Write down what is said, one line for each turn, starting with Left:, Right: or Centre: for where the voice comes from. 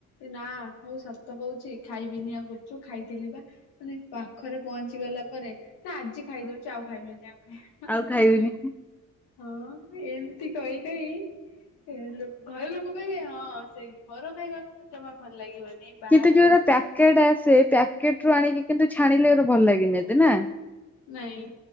Left: ନା ହଉ ସତ କହୁଛି ଖାଇବିନିି ଆଉ ଗୁପ୍‌ଚୁପ୍ ଖାଇଥିଲି ବା। ମାନେ ପାଖରେ ପହଞ୍ଚି ଗଲା ପରେ ନା ଆଜି ଖାଇଦଉଚି ଆଉ ଖାଇବିନି ଆଉଖାଇବିନି।
Centre: ଆଉ ଖାଇବିନି
Left: ହଁ ଏମତି କହିଲେ କି। ସେ ଲ ଘର ଲୋକ କହିବେ ହଁ ସେଇ ଘର ଖାଇବାକୁ ତମକୁ ଭଲ ଲାଗିବନି। ବାହାରକୁ
Centre: କିନ୍ତୁ ଯୋଉଡ଼ା
Left: ଆସିବୁ
Centre: ପ୍ୟାକେଟ ଆସେ ପ୍ୟାକେଟ ରୁ ଆଣିକି କିନ୍ତୁ ଛାଣିଲେ ଏତେ ଭଲ ଲାଗେନି ନା।
Left: ନାଇଁ।